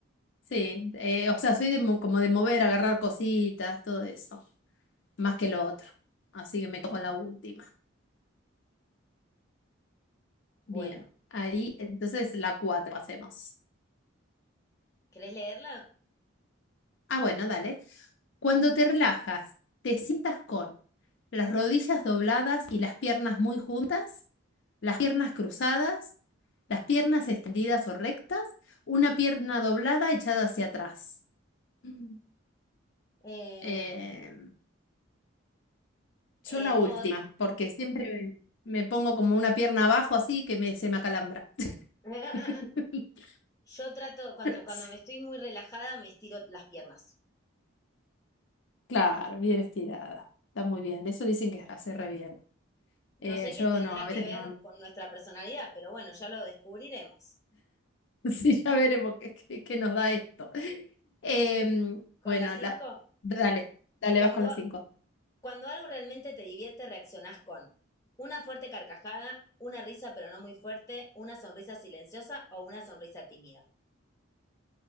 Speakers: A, on the left; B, on the left.
A: Sí, eh, o sea, soy de mo- como de mover, agarrar cositas, todo eso, más que lo otro. Así que me quedo con la última.
B: Bueno,
A: Bien, ahí entonces la cuatro hacemos.
B: ¿querés leerla?
A: Ah, bueno, dale. Cuando te relajas, te sientas con las rodillas dobladas y las piernas muy juntas, las piernas cruzadas, las piernas extendidas o rectas, una pierna doblada echada hacia atrás. Mm.
B: Em,
A: Eh,
B: eh,
A: yo la
B: no.
A: última, porque siempre me, me pongo como una pierna abajo así que me, se me acalambra.
B: <laughs>
A: <laughs>
B: Yo trato, cuando, cuando
A: Sí.
B: me estoy muy relajada, me estiro las piernas.
A: Claro, bien estirada. Está muy bien. Eso dicen que hace re bien.
B: No
A: Eh,
B: sé
A: yo
B: qué tendrá
A: no, a veces
B: que ver
A: no.
B: con nuestra personalidad, pero bueno, ya lo descubriremos.
A: <laughs> Sí, ya veremos qué, qué- qué nos da esto. Em,
B: Voy con
A: bueno,
B: la cinco
A: la- dale, dale,
B: Cuando,
A: vas con las cinco.
B: cuando algo realmente te divierte, reaccionás con una fuerte carcajada, una risa pero no muy fuerte, una sonrisa silenciosa o una sonrisa tímida.